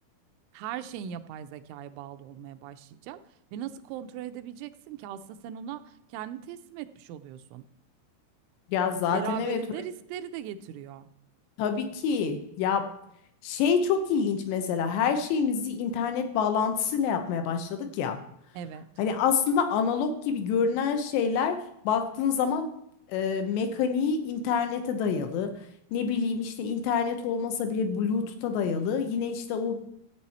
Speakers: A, on the right (about 85°); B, on the left (about 75°).
A: her şeyin yapay zekaya bağlı olmaya başlayacak ve nasıl kontrol edebileceksin ki aslında sen ona kendini teslim etmiş oluyorsun.
B: Ya zaten
A: Beraberinde
B: evet
A: riskleri de getiriyor.
B: Tabii ki ya şey çok ilginç mesela her şeyimizi internet bağlantısıyla yapmaya başladık ya.
A: Evet.
B: Hani aslında analog gibi görünen şeyler baktığın zaman e, mekaniği internete dayalı. Ne bileyim işte internet olmasa bile Bluetooth'a dayalı. Yine işte o